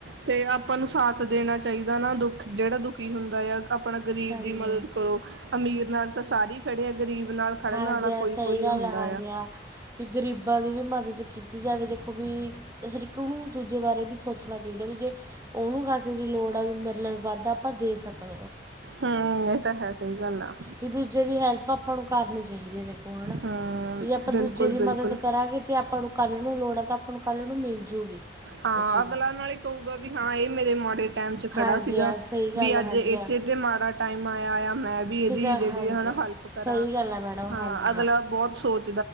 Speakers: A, on the right (about 80°); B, on the right (about 15°).
A: ਤੇ ਆਪਾਂ ਨੂੰ ਸਾਥ ਦੇਣਾ ਚਾਹੀਦਾ ਨਾ ਦੁੱਖ ਜਿਹੜਾ ਦੁਖੀ ਹੁੰਦਾ ਆ ਆਪਣਾ ਗਰੀਬ
B: ਹਾਂਜੀ
A: ਦੀ ਮਦਦ
B: ਹਾਂ
A: ਕਰੋ ਅਮੀਰ ਨਾਲ ਤਾਂ ਸਾਰੇ ਹੀ ਖੜੇ ਆ ਗਰੀਬ- ਨਾਲ ਖੜਨ
B: ਹਾਂਜੀ
A: ਵਾਲਾ
B: ਹ
A: ਕੋਈ
B: ਸਹੀ
A: ਕੋਈ
B: ਗੱਲ
A: ਹੁੰਦਾ
B: ਆ ਹਾਂਜੀ ਹ ਵੀ ਗ਼ਰੀਬਾਂ ਦੀ ਵੀ ਮਦਦ ਕੀਤੀ ਜਾਵੇ ਦੇਖੋ ਵੀ ਹਰ ਇੱਕ ਨੂੰ ਦੂਜੇ ਬਾਰੇ ਵੀ ਸੋਚਣਾ ਚਾਹੀਦਾ ਵੀ ਜੇ ਉਹਨੂੰ ਕੇ ਦੀ ਲੋੜ ਆ ਵੀ ਮਿਲਣ ਵੱਧਦਾ ਦੇ ਸਕਾਂ
A: ਹਮ ਇਹ ਤਾਂ ਹੈ। ਸਹੀ ਗੱਲ ਆ।
B: ਵੀ ਦੂਜੇ ਦੀ ਹੈਲਪ ਆਪਾਂ ਨੂੰ ਕਰਨੀ ਚਾਹੀਦੀ ਹੈ ਦੇਖੋ ਹੈ ਨਾ
A: ਹਮ
B: ਜੇ ਜੇ ਆਪਾਂ
A: ਬਿਲਕੁਲ
B: ਦੂਜੇ ਦੀ
A: ਬਿਲਕੁਲ
B: ਮਦਦ ਕਰਾਂਗੇ ਤੇ ਆਪਾਂ ਨੂੰ ਕੱਲ੍ਹ ਨੂੰ ਲੋੜ ਆ ਤਾਂ ਆਪਾਂ ਨੂੰ ਕੱਲ੍ਹ ਨੂੰ ਮਿਲ ਜੂਗੀ।
A: ਹਾਂ
B: ਉਹ ਚੀਜ਼
A: ਅਗਲਾ ਨਾਲ ਹੀ ਕਹੂਗਾ ਵੀ ਹਾਂ ਇਹ ਮੇਰੇ ਮਾੜੇ ਟਾਈਮ ਚ ਖੜਾ
B: ਹਾਂਜੀ
A: ਸੀਗਾ
B: ਹਾਂ ਸਹੀ ਗੱਲ
A: ਵੀ
B: ਹੈ
A: ਅੱਜ
B: ਹਾਂਜੀ
A: ਇੱਥੇ
B: ਹਾਂ
A: ਤੇ ਮਾੜਾ ਟਾਈਮ ਆਇਆ ਆ ਮੈਂ ਵੀ ਇਹਦੀ
B: ਤਾਂ
A: ਜਿਹੜੀ
B: ਹਾਂਜੀ
A: ਹਨਾ
B: ਹਾਂ,
A: ਹੈਲਪ
B: ਸਹੀ
A: ਕਰਾਂ
B: ਗੱਲ ਹੈ ਮੈਡਮ
A: ਹਾਂ
B: ਹਾਂਜੀ
A: ਅਗਲਾ ਬਹੁਤ ਸੋਚ